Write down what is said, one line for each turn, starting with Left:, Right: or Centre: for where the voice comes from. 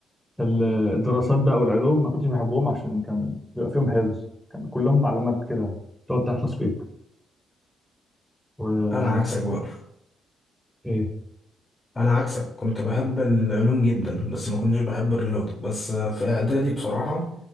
Centre: ال- الدراسات بقى والعلوم ما كنتش بحبهم عشان كان بيبقى فيهم حفظ كان كلهم معلومات كده تقعد تحفظ فيها و
Left: أنا عكسك بقى
Centre: ايه
Left: انا عكسك كنت بحب العلوم جدا بس ما كنتش بحب الرياضه بس آه، في اعدادي بصراحه